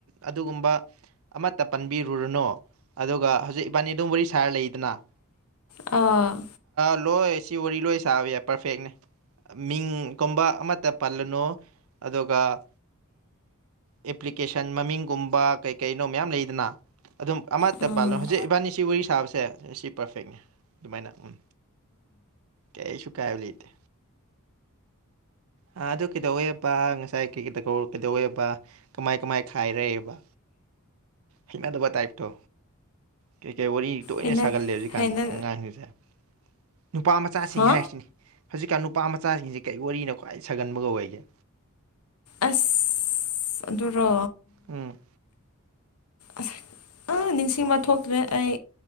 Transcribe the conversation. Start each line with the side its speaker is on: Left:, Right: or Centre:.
Right: ꯑꯗꯨꯒꯨꯝꯕ ꯑꯃꯠꯇ ꯄꯟꯕꯤꯔꯨꯔꯨꯅꯨ ꯑꯗꯨꯒ ꯍꯧꯖꯤꯛ ꯄꯅꯤ ꯑꯗꯨꯕꯨꯔꯤ ꯁꯔ ꯂꯩ ꯏꯗꯅ
Left: ꯑꯥ
Right: ꯂꯣꯏ ꯁꯤ ꯋꯥꯔꯤ ꯂꯣꯏ ꯁꯥꯕ ꯌꯥꯏ ꯄꯔꯐꯦꯛꯅꯦ ꯃꯤꯡꯒꯨꯝꯕ ꯑꯃ ꯇ ꯄꯜꯂꯅꯨ ꯑꯗꯨꯒ ꯑꯦꯄ꯭ꯂꯤꯀꯦꯁꯟ ꯃꯃꯤꯡꯒꯨꯝꯕ ꯀꯩꯅꯣ ꯃꯌꯥꯝ ꯂꯩꯗꯅ ꯑꯗꯨꯝ ꯑꯃꯠꯇ
Left: ꯎꯝ
Right: ꯄꯥꯜꯂꯣ ꯍꯧꯖꯤꯛ ꯏꯕꯥꯅꯤꯁꯤ ꯋꯥꯔꯤ ꯁꯥꯕꯁꯦ ꯁꯤ ꯄꯔꯐꯦꯛꯅꯦ ꯑꯗꯨꯃꯥꯏꯅ ꯎꯝ ꯀꯩꯁꯨ ꯀꯥꯏꯕ ꯂꯩꯇꯦ ꯑ ꯑꯗꯨ ꯀꯩꯗꯧꯋꯦꯕ ꯉꯁꯥꯏ ꯀꯩ ꯀꯩꯗ ꯀꯩꯗꯧꯋꯦꯕ ꯀꯃꯥꯏ ꯀꯃꯥꯏ ꯈꯥꯏꯔꯦꯕ ꯍꯤꯉ ꯗꯕ ꯇꯥꯏꯞꯇꯣ ꯀꯩꯀꯩ ꯔꯤ ꯇꯣꯏꯅ
Left: ꯍꯩꯅ
Right: ꯁꯥꯒꯜꯂꯦ ꯍꯧꯖꯤꯛꯀꯥꯟ
Left: ꯍꯩꯅ
Right: ꯑꯉꯥꯡꯁꯤꯡꯁꯦ ꯅꯨꯄꯥ ꯃꯆꯥꯁꯤꯡ
Left: ꯍꯥ
Right: ꯍꯥꯏꯔꯁꯤꯅꯤ ꯍꯧꯖꯤꯛꯀꯥꯟ ꯅꯨꯄꯥ ꯃꯆꯥꯁꯤꯡꯁꯤꯦ ꯀꯩ ꯋꯥꯔꯤꯅ ꯈ꯭ꯋꯥꯏ ꯁꯥꯒꯟꯕꯒ ꯑꯣꯏꯒꯦ
Left: ꯑꯁ ꯑꯗꯨꯔꯣ
Right: ꯎꯝ
Left: ꯑꯁ ꯑꯥ ꯅꯤꯡꯁꯤꯡꯕ ꯊꯣꯛꯇ꯭ꯔꯦ ꯑꯩ